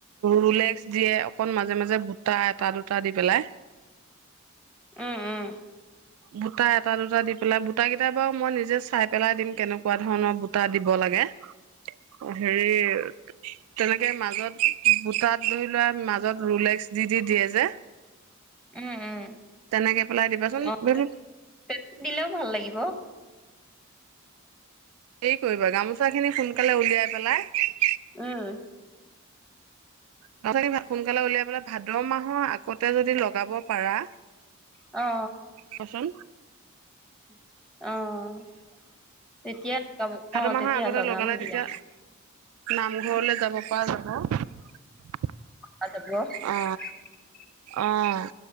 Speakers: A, on the right; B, in the centre.
A: ৰুলেক্স দিয়ে অকণ মাজে মাজে বুটা এটা দুটা দি পেলাই।
B: উম উম।
A: বুটা এটা দুটা দি পেলাই বুটা কেইটা বাৰু মই নিজে চাই পেলাই দিম। কেনেকুৱা ধৰণৰ বুটা দিব লাগে। অ' হেৰি। তেনেকে মাজত বুটাত ধৰি লোৱা মাজত ৰুলেক্স দি দি দিয়ে যে।
B: উম উম
A: তেনেকে পেলাই দিবাচোন।
B: <unintelligible>
A: হেৰি
B: দিলেও ভাল লাগিব।
A: হেৰি কৰিবা গামোচা খিনি সোনকালে উলিয়াই পেলাই
B: উম।
A: ত সোনকালে উলিয়াবলে ভাদ মাহৰ আগতে যদি লগাব পাৰা।
B: অ
A: কচোন।
B: <inaudible> অ' তেতিয়া লগ -
A: ভাদ
B: অ -
A: মাহৰ
B: তেতিয়া
A: আগতে
B: লগাম
A: লগালে
B: দিয়া।
A: তেতিয়া নামঘৰলৈ যাব পৰা যাব।
B: <unintelligible>
A: অ অ'।